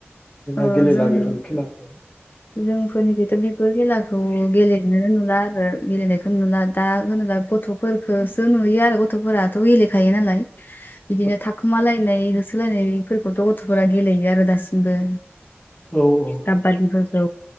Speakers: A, on the left (about 25°); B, on the left (about 50°).
A: जोंना
B: ओ
A: गेलेला
B: जोंनि
A: बेफोर खेलाखौ
B: जोंफोरनिखैथ' बेफोर खेलाखौ गेलेनोनो नुला आरो गेलेनायखौ नुला दा होनोबा गथ' फोरखोसो नुयो आरो गथ'फोराथ' गेलेखायो नालाय
A: <inaudible>
B: बिदिनो थाखोमालायनाय होसोलायनायफोरखौथ' गथ'फोरा गेलेयो आरो दासिमबो
A: औ -औ
B: काबादिफोरखौ